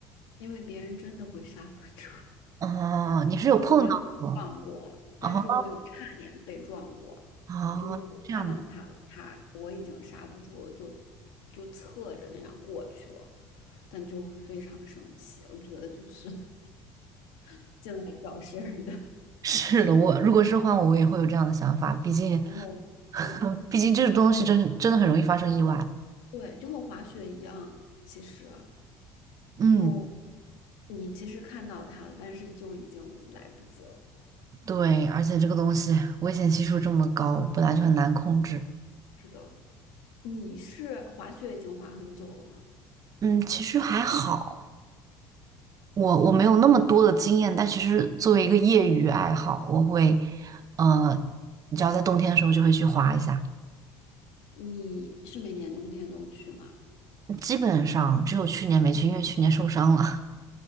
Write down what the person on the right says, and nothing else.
哦，你是有碰到过
哦
哦，
这样的，
是的，我如果是换我，我也会有这样的想法，毕竟，
<laughs>
毕竟这个东西真真的很容易发生意外。
嗯，
对，而且这个东西危险系数这么高，本来就很难控制。
嗯，其实还好，我我没有那么多的经验，但其实作为一个业余爱好，我会，呃，你知道在冬天的时候就会去滑一下，
基本上只有去年没去，因为去年受伤了。